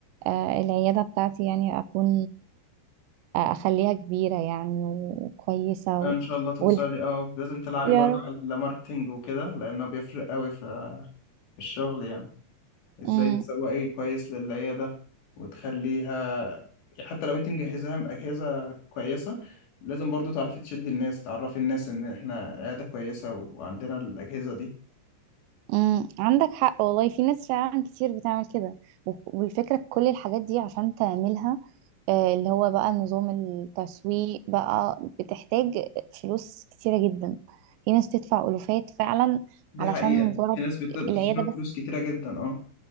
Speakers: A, on the right; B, on the left.
A: آه، العياده بتاعتي يعني اكون اخليها كبيرة يعني وكويسة
B: آه،
A: و...
B: ان شاء الله توصلي
A: وال-
B: اه لازم تلعبي
A: يا
B: برضه
A: رب
B: على الماركتينج وكده لانه بيفرق قوي في في الشغل يعني ازاي
A: امم
B: تسوقي كويس للعيادة وتخليها حتى لو انت مجهزاها بأجهزة كويسة لازم برضو تعرفي تشدي الناس تعرفي الناس ان احنا عيادة كويسة وعندنا الأجهزة دي
A: امم عندك حق والله في ناس فعلا كتير بتعمل كده و- والفكرة كل الحاجات دي عشان تعملها آه، اللي هو بقى نظام التسويق بقى بتحتاج فلوس كتيرة جدا في ناس تدفع ألوفات فعلا
B: دي
A: علشان
B: حقيقة
A: مجرد
B: في ناس بت- بتصرف
A: العيادة بس
B: فلوس كتيرة جدا اه